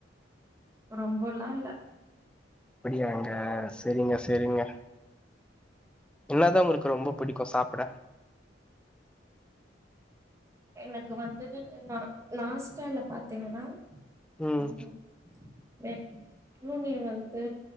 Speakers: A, on the right; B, in the centre.
A: ரொம்பொல்லா இல்ல
B: அப்பிடியாங்க செரிங்க செரிங்க என்னாதா உங்களுக்கு ரொம்ப புடிக்கு சாப்புட
A: எனக்கு வந்து நா நாஸ்டால பாத்தீங்கனா
B: ம்
A: <unintelligible> மக்ரூனி வந்து